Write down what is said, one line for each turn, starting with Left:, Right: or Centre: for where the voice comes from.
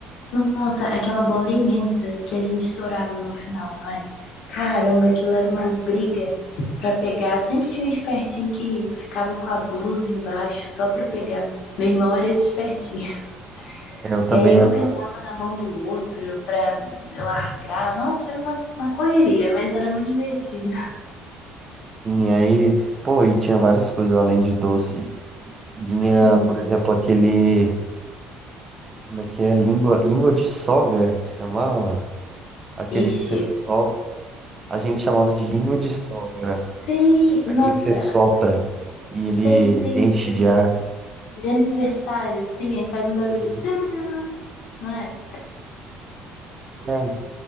Left: Nossa, aquela bola imensa que a gente estourava no final, não é? Caramba, aquilo era uma briga pra pegar. Sempre tinha um espertinho que ficava com a blusa embaixo só pra pegar. Meu irmão era esse espertinho. <laughs>
Right: É, Eu também
Left: E aí um
Right: era um
Left: pisava
Right: pouco
Left: na mão do outro pra largar. Nossa, era uma, uma correria, mas era muito divertido.
Right: assim. Aí, pô, e tinha várias coisas além de doce. Vinha,
Left: Sim.
Right: por exemplo, aquele. Como é que é? Língua, língua de sogra, que chamava? Aquele
Left: Ixi,
Right: que você
Left: esse-
Right: sopra. A gente chamava de língua de sogra,
Left: sei.
Right: aquele
Left: Nossa,
Right: que você sopra e ele
Left: sei, sei,
Right: enche
Left: sei.
Right: de ar.
Left: De aniversário, sim, aí faz um barulho,
Right: Uhum.
Left: tcharam, não é?
Right: Bom,